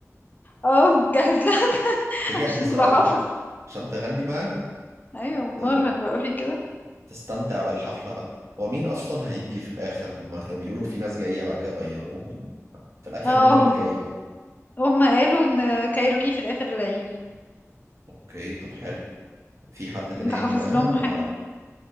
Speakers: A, on the left; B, on the right.
A: اه جاهز لها <laughs>
B: تجهز
A: عشان تبقى
B: بقى
A: حافظ
B: الحفلة عشان تغني معاهم
A: <laughs> ايوه امال
B: ت...
A: هنبقى في كده
B: تستمتع بالحفلة بقى ومين اصلا هيجي في الاخر؟ هما كانوا بيقولوا في ناس جاية بعد كده غيروهم في الاخر
A: اه
B: مين اللي
A: هم
B: جاي بقى؟
A: هم قالوا ان كايروكي في الاخر اللي هيجي
B: اوكي طب حلو في حد تاني
A: انت
B: هيجي
A: حافظ
B: معاهم
A: لهم حاجة
B: ولا لا